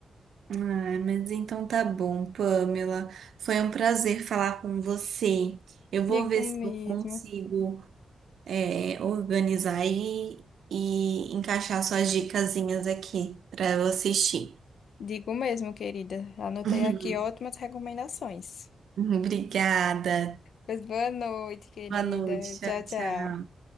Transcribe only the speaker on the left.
Digo
mesmo.
Digo mesmo, querida. Anotei
aqui ótimas recomendações.
Pois boa noite, querida.
Tchau,
tchau.